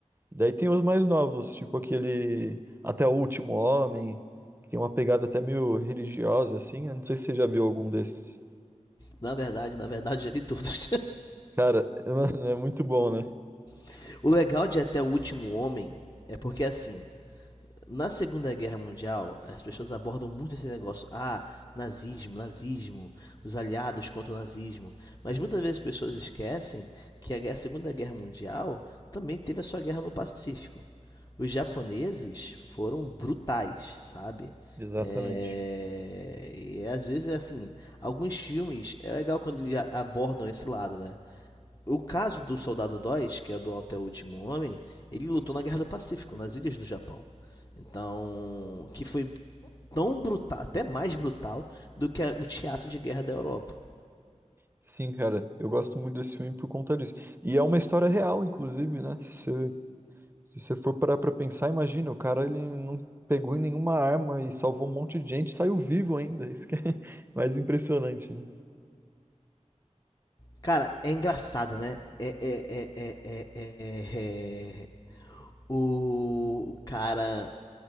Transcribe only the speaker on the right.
Daí tem os mais novos, tipo aquele Até o Último Homem, que tem uma pegada até meio religiosa, assim, eu não sei se você já viu algum desses.
Cara, <laughs> mano, é muito bom, né?
Exatamente.
Sim, cara, eu gosto muito desse filme por conta disso. E é uma história real, inclusive, né? Se, se você for parar pra pensar, imagina, o cara ele não pegou em nenhuma arma e salvou um monte de gente, e saiu vivo ainda. Isso que é <laughs> mais impressionante, né?